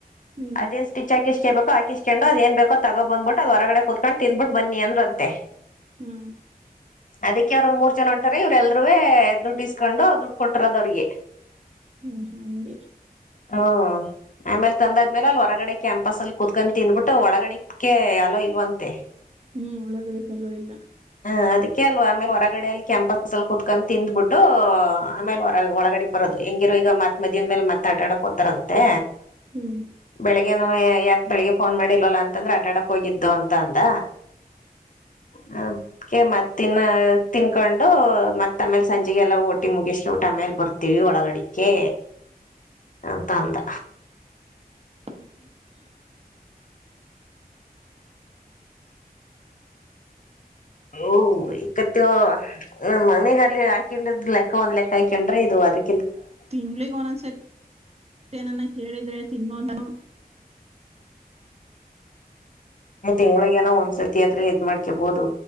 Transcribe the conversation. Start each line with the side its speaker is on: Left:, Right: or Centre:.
Right: ಹ್ಮ್
Left: ಅದೇ ಸ್ಟಿಚ್ ಕು ಹಕಿಸ್ಕೊಂಡು ಅದೇನ್ ಬೇಕೋಗೊ ತಗೋ ಬಂದ್ಬಿಟ್ ಅದ ಹೊರಗಡೆ ಕುತ್ಕೊಂಡ್ ತಿಂದು ಬಿಟ್ಟು ಬನ್ನಿ ಅಂದ್ರ ಅಂತೆ
Right: ಹ್ಮ
Left: ಅದಕ್ಕೆ ಅವ್ರ ಒಂದ್ ಮೂರ್ ಜನ ಹೊಂಟರೆ ಇವರೆಲ್ರುವೇ ದುಡ್ಡು ಇಸ್ಕೊಂಡು ದುಡ್ಡು ಕೊಟ್ಟಿರೋದು ಅವ್ರಿಗೆ
Right: ಹ್ಮ್ ಹ್ಮ ಹಗೆ
Left: ಹ್ಮ್ ಆಮೇಲೆ ತಂದ ಆದ್ಮೇಲೆ ಅಲ್ಲಿ ಹೊರಗಡೆ ಕ್ಯಾಂಪಸ್ ಅಲ್ಲಿ ಕುತ್ಕೊಂಡು ತಿಂದ್ಬಿಟ್ಟು ಒಳಗಡೆಕ್ಕೆ ಅಲ್ಲೋ ಇಲ್ವಂತೆ
Right: ಹ್ಮ್ ಒಳಗಡೆ ಅಲ್ಲೋ ಇಲ್ಲ
Left: ಹಾ ಅದಕ್ಕೆ ಅಲ್ವಾ ಆಮೇಲೆ ಹೊರಗಡೆ ಅಲ್ಲಿ ಕೆಂಪಸ್ ಕ್ಲಾಸಲ್ಲಿ ಕುತ್ಕೊಂಡು ತಿಂದ್ಬಿಟ್ಟು ಆಮೇಲೆರ ಒಳಗಡೆ ಬರೋದು ಹೆಂಗಿರರು ಈಗ ಮದ್ ಮಧ್ಯಾನ ಮೇಲೆ ಮತ್ ಆಟ ಆಡಕ್ ತಾರಂತೆ
Right: ಹ್ಮ್
Left: ಬೆಳಗ್ಗೆನುವೆ ಯಾಕೆ ಬೆಳಿಗ್ಗೆ ಫೋನ್ ಮಾಡಿ ಇಲ್ವಲ್ಲ ಅಂತಂದ್ರೆ ಆಟಾಡಕ್ ಹೋಗಿದ್ದು ಅಂತ ಅಂದ ಹ ಮತ್ ತಿನ್ನ ತಿನ್ಕೊಂಡು ಮತ್ ಆಮೇಲ್ ಸಂಜೆಗೆಲ್ಲ ಒಟ್ಟಿ ಮುಗಿಸ್ಕೋ ಬಿಟ್ಟು ಆಮೇಲೆ ಬರ್ತವಿ ಒಳಗಡಿಕೆ ಅಂತ ಅಂದ
Right: ಹ್ಮ ಹ್ಮ <inaudible>
Left: ಓ ಇಕತೂ <unintelligible> ನಮ್ ಮನೆಗ ಅಲ್ಲಿ ಹಾಕೊಂಡಿದ್ ಲೆಕ್ಕ ಒಂದ್ ಲೆಕ್ಕ ಹಾಕೊಂಡ್ರೆ ಇದುವಾರಿ
Right: ತಿಂಗ್ಳಿಗೆಗ್ ಒಂದೊಂದ್ಸರಿ ಏನನ್ನ ಕೇಳಿದ್ರೆ ತಿನ್ನು ಅನ್ನು <inaudible>
Left: ಇವಳಿಗೇನು ಏನ ಒಂದ್ಸರ್ತಿ ಆದ್ರೆ ಇದ್ ಮಾಡ್ಕಬಹದು